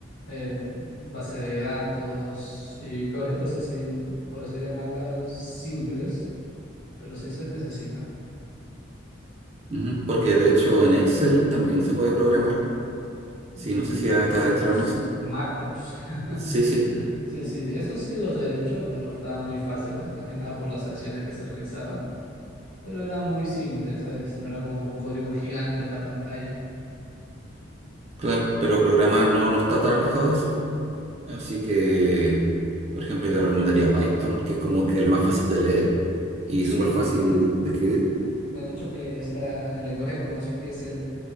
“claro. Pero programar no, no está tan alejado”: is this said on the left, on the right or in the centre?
Right